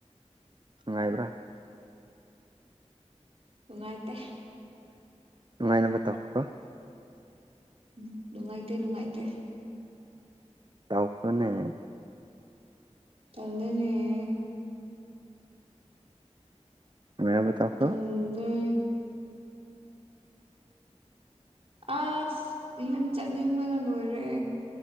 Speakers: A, on the right; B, on the right.
A: ꯅꯨꯡꯉꯥꯏꯕ꯭ꯔꯥ꯫
B: ꯅꯨꯡꯉꯥꯏꯇꯦ꯫
A: ꯅꯨꯡꯉꯥꯏꯅꯕ ꯇꯧꯈ꯭ꯔꯣ꯫
B: ꯎꯝ ꯅꯨꯡꯉꯥꯏꯇꯦ ꯅꯨꯡꯉꯥꯏꯇꯦ꯫
A: ꯇꯈꯔꯅꯦ꯫
B: ꯇꯧꯔꯦꯅꯦ꯫
A: ꯃꯌꯥꯝꯕ ꯇꯈ꯭ꯔꯣ꯫
B: ꯇꯜꯂꯦ ꯑꯁ ꯌꯨꯝ ꯆꯠꯅꯤꯡꯕꯅ ꯂꯣꯏꯔꯦ꯫